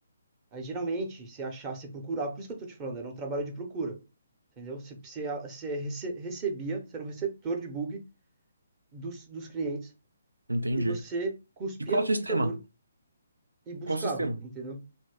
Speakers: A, on the right (about 20°); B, on the right (about 70°).
A: Aí geralmente, se achar, se procurar, por isso que eu tô te falando, era um trabalho de procura. Entendeu? Você, você, você rece- recebia, você era um receptor de bug dos, dos clientes
B: Entendi.
A: e você cuspia
B: E qual
A: no
B: sistema?
A: computador e buscava,
B: Qual sistema?
A: entendeu?